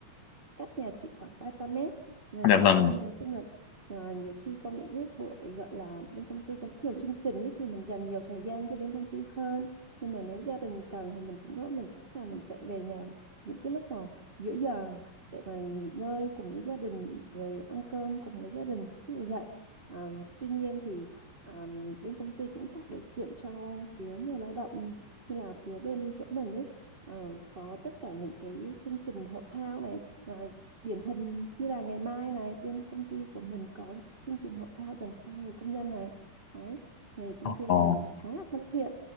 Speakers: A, on the right; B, on the left.
A: cách nhà chị khoảng ba trăm mét và
B: Dạ
A: chị
B: vâng.
A: đi nói chung là à, nhiều khi có những cái buổi gọi là bên công ty có nhiều chương trình ấy thì mình dành nhiều thời gian cho bên công ty hơn nhưng mà nếu gia đình cần thì mình cũng có mình sẵn sàng mình chạy về nhà những cái lúc mà giữa giờ để mà nghỉ ngơi cùng với gia đình rồi ăn cơm cùng với gia đình ví dụ vậy à, tuy nhiên thì à, bên công ty cũng tạo điều kiện cho phía người lao động như là phía bên chỗ mình ấy ờ, có tất cả những cái chương trình hội thao này và điển hình như là ngày mai này bên công ty của mình có chương trình hội thao dành cho người công nhân này đấy thì công ty
B: Ồ,
A: của mình khá là thân thiện